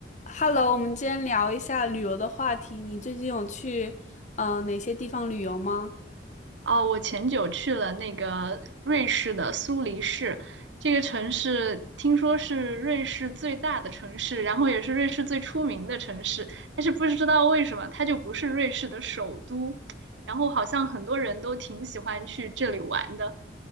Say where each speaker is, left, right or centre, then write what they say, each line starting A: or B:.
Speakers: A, on the left; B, on the right.
A: Hello，我们今天聊一下旅游的话题。你最近有去呃哪些地方旅游吗？
B: 哦，我前久去了那个瑞士的苏黎世，这个城市听说是瑞士最大的城市，然后也是瑞士最出名的城市，但是不知道为什么它就不是瑞士的首都，然后好像很多人都挺喜欢去这里玩的。